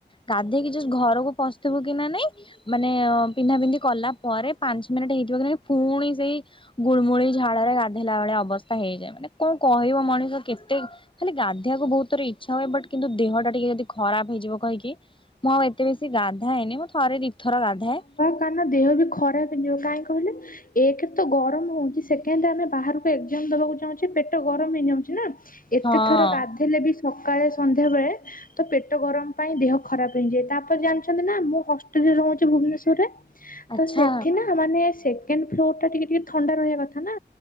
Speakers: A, on the left (about 30°); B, on the left (about 50°).
A: ଗାଧେଇକି ଘରକୁ ପଶଥିବୁ କି ନା ନାଇଁ ମାନେ ପିନ୍ଧା ପିନ୍ଧି କଲା ପରେ ପାଞ୍ଚ ମିନିଟ ହେଇଥିବ କି ନହିଁ ପୁଣି ସେଇ ଗୁଳମୁଳି ଝାଳରେ ଗାଧୋଇଲା ବେଳେ ଅବସ୍ଥା ହେଇଯାଏ। ମାନେ କଣ କହିବ ମଣିଷ କେତେ ଖାଲି ଗାଧୋଇବାକୁ ବହୁତ ଥର ଇଚ୍ଛା ହୁଏ। ବଟ୍ କିନ୍ତୁ ଦେହଟା ଟିକେ ଯଦି ଖରାପ ହେଇଯିବ କହିକି ମୁଁ ଆଉ ଏତେ ବେଶୀ ଗାଧାଏନି ମୁଁ ଥରେ ଦୁଇ ଥର ଗାଧାଏ।
B: କା ଦେହ ବି ଖରାପ ହେଇଯିବ କାହିଁ କହିଲେ ଏକରେ ତ ଗରମ ହଉଛି ସେକେଣ୍ଡରେ ଆମେ ବାହାରକୁ ଏକଜାମ ଦବାକୁ ଚାହୁଁଛେ ପେଟ ଗରମ ହେଇଯାଉଛ ନା? ଏତେ
A: ହଁ
B: ଥର ଗାଦ ଥିଲେ ବି ସକାଳେ ସନ୍ଧ୍ୟା ବେଳେ ତ ପେଟ ଗରମ ପାଇଁ ଦେହ ଖରାପ ହେଇଯାଏ। ତାପରେ ଜାଣିଛନ୍ତି ନା ମୁଁ ରହୁଛି ଭୁବନେଶ୍ଵରରେ। ତ
A: ଆଚ୍ଛା
B: ସେଠି ନା ମାନେ ସେକଣ୍ଡ ଫ୍ଲୋର ଟା ଟିକେ ଟିକେ ଥଣ୍ଡା ରହିବା କଥା ନା